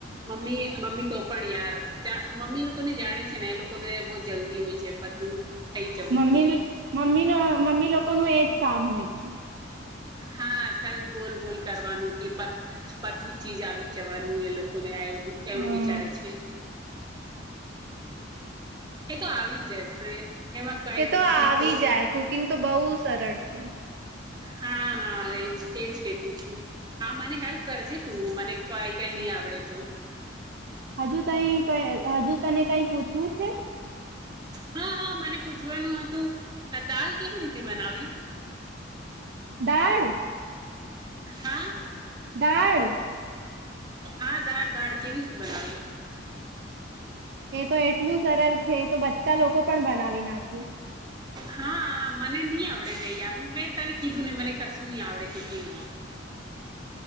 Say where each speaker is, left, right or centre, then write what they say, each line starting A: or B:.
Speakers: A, on the right (about 20°); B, on the right (about 55°).
A: મમ્મી એ મમ્મી તો પણ યાર જા મમ્મી લોકોને જાણે છે ને એ લોકોને બો જલ્દી હોય છે બધું થઈ જવું
B: મમ્મીન
A: જ જોઈએ
B: મમ્મીનો મમ્મી લોકોનું એજ કામ હોય છે.
A: હા, ખાલ બોલ બોલ કરવાનું કે બધ બધું જ ચીજ આવી જવાનું એ લોકોને આ એવ. એવું
B: હમ
A: વિચારે છે. એ તો આવી જશે. એમાં કઈ
B: એ
A: નહી
B: તો
A: શીખો
B: આવી જાય. કુકિંગ તો બહુ સરળ છે.
A: હા હા એજ એજ કેતી છું. હા મને હેલ્પ કરજે તું મને કઈ કઈ નહી આવડે તો.
B: હજુ તઈ ક હજુ તને કઈ પૂછવું છે?
A: હા-હા મને પૂછવાનું હતું. દાલ કેવી રીતે બનાવે?
B: દાળ?
A: હા.
B: દાળ?
A: હા, દાળ-દાળ કેવી રીતે બનાવે?
B: એ તો એટલું સરલ છે. એ તો બચ્ચા લોકો પણ બનાવી નાખે.
A: હા, મને ની આવડે ને યાર. મે તને કીધું ને મને કશું ની આવડે કુકિંગમાં.